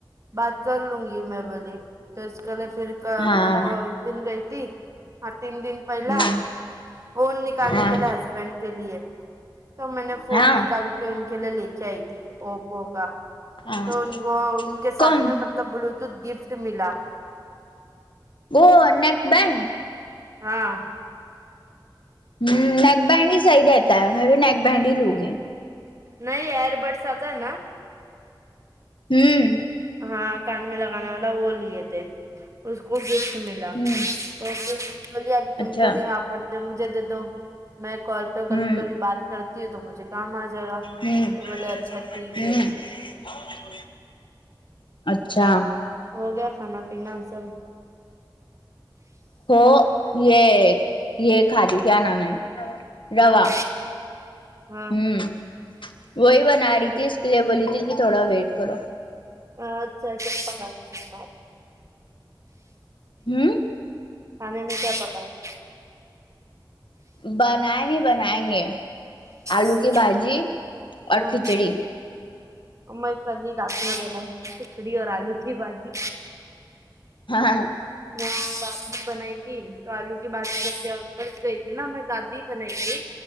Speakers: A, on the right; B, on the left.
A: بات کر لوں گی میں بولی تو اس کےلئے پھر کا
B: ہاں
A: می پ اس دن گئی تی ہاں تین دن پہلا
B: ہاں
A: فون نکالنے
B: ہاں
A: کےلا ہسبینڈ کے لیے تو میں نے فون
B: ہاں
A: نکال کے ان کے لیے لے کے آئی تھی اوپو کا
B: ہاں
A: تو ان کو ان کے
B: کون
A: ساتھ میں مطلب بلوٹوتھ گفٹ ملا
B: وہ نک بینڈ
A: ہاں
B: ہ نیک بینڈ ہی صحیح رہتا ہے میں بھی نیک بینڈ ہی لوں گی
A: نہیں ایئر بڈس آتا ہے نا
B: ہوں
A: ہاں کان میں لگانے والا وہ لیے تھے اس کو گفٹ مل
B: ہوں
A: تو بلی اب تم
B: اچھا
A: تو نہیں واں پڑتے مجھے دے دو میں کال تو
B: ہوں
A: کبھی کبھی بات کرتی ہوں تو مجھے کام آ جائے گا
B: ہوں
A: تو بولے اچھا ٹھیک
B: ہوں
A: ہے
B: <unintelligible> اچھا
A: ہو گیا کھانا پینا سب
B: ہو یہ یہ کھاادی کیا نام ہے روا
A: ہاں ہاں
B: ہوں وہی بنا رہی تھی اس کے لیے بولی تھی کہ تھوڑا ویٹ کرو
A: اچھا اچھا جب پکا کے کھلو
B: ہم
A: کھانے میں کیا پکا ہے
B: بنائ نہیں بنائیں گے آلو
A: پکایا
B: کی بھاجی اور
A: ہاں
B: کھچڑی
A: میں رات میں لینا کھچڑی اور آلو کی بھجی
B: ہاںاں
A: میں دادی بناتی تو آلو کی بازی <inaudible> ب ا گئی تھی نا میں دادی ہی بناائیتی